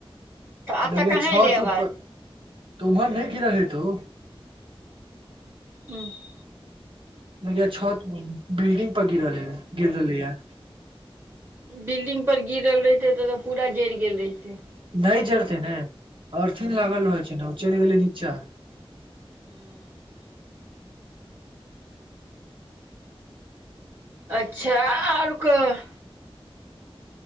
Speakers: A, on the right; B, on the right.
A: तऽ एतऽ
B: देखियै
A: कहाँ
B: छत-उत
A: एलै आवाज
B: पर तऽ उम्हर नहि गिरल हेतौ
A: <unintelligible>
B: लगैया छत बिल्डिंग पर गिरलैयै
A: बिल्डिंग पर गिरल रहितै तॅं पूरा जड़ि गेल रहितै
B: नहि जरतै ने अर्थिंग लागल रहे छै ने, उ चलि गेलै नीचाँ
A: हूॅं अच्छा, आओर कह?